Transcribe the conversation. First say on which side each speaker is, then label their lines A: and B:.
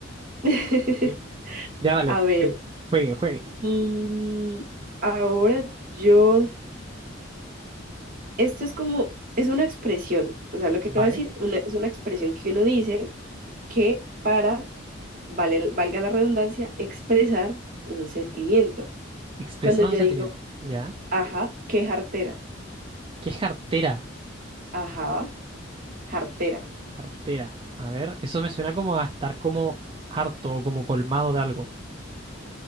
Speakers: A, on the right (about 45°); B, on the right (about 25°).
A: <laughs>
B: sí. Ya dale.
A: a ver,
B: te- Juegue, juegue.
A: mm, ahora yo, esto es como, es una expresión, o sea, lo que
B: Vale.
A: te voy a decir una- es una expresión que uno dice que para, vale, valga la redundancia, expresar un sentimiento.
B: Expresar
A: Cuando yo
B: un sentimiento.
A: digo,
B: Ya.
A: ajá, qué jartera,
B: ¿Qué es jartera?
A: ajá, jartera.
B: Jartera. A ver, eso me suena como a estar como harto o como colmado de algo.